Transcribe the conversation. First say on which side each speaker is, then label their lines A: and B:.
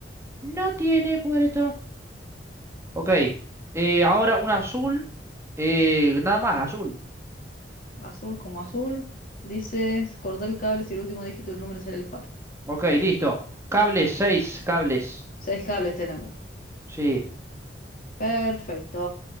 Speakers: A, on the right (about 15°); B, on the left (about 50°).
A: No tiene puerto. Ok. eh, ahora un azul. eh, nada más, azul.
B: Azul como azul. Dices cortar el cable si el último dígito del número es el disparo.
A: Ok, listo. Cables, seis cables.
B: Seis cables tenemos.
A: Sí.
B: Perfecto.